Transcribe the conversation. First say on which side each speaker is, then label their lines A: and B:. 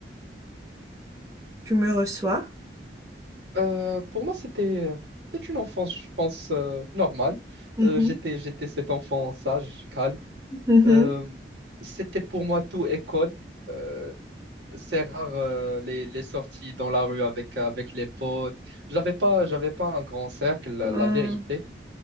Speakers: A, on the right; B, on the right.
A: Tu me reçois?
B: Euh, pour moi, c'était c'était une enfance, je pense, euh, normale.
A: Mhm,
B: Euh, j'étais, j'étais cet enfant sage, calme.
A: mhm,
B: Euh, c'était pour moi tout école. Euh, c'est rare euh, les, les sorties dans la rue avec, avec les potes. J'avais pas, j'avais pas un grand cercle, la
A: euh,
B: la vérité.